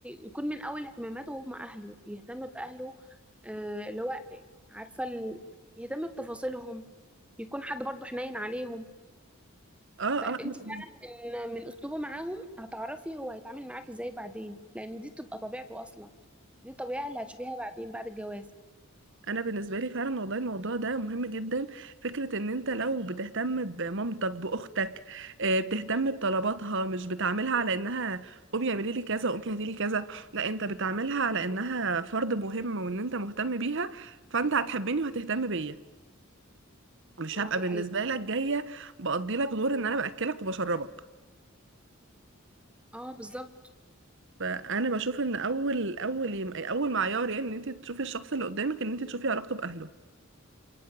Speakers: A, in the centre; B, on the right (about 60°).
A: يكون من اول اهتماماته هم اهله يهتم باهله آه، اللي هو عارفه ال... يهتم بتفاصيلهم يكون حد برضو حنين عليهم
B: اه
A: فانت
B: اه انا بالنسبة
A: فعلا من من اسلوبه معاهم هتعرفي هو هيتعامل معاك ازاي بعدين لان دي بتبقى طبيعته اصلا دي الطبيعه اللي هتشوفيها بعدين بعد الجواز
B: انا بالنسبه لي فعلا والله الموضوع ده مهم جدا فكره ان انت لو بتهتم بمامتك باختك آه، بتهتم بطلباتها مش بتعاملها على انها قومي اعملي لي كذا قومي هاتي لي كذا لا انت بتعاملها على انها فرد مهم وان انت مهتم بيها فانت هتحبني وهتهتم بيا مش
A: اه
B: هبقى
A: دي
B: بالنسبه
A: حقيقه
B: لك جايه بقضي لك دور ان انا باكلك وبشربك
A: اه بالظبط
B: فانا بشوف ان اول اول اول معيار يعني ان انت تشوفي الشخص اللي قدامك ان انت تشوفي علاقته باهله